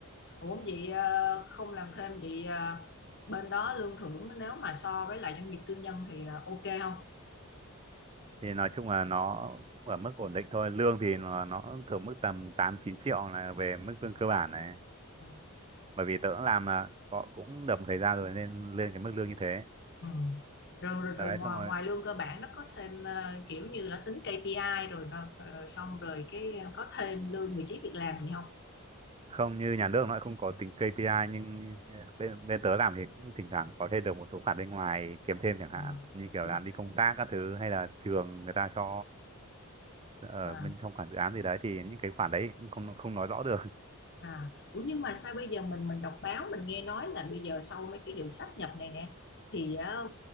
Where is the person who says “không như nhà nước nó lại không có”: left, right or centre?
Right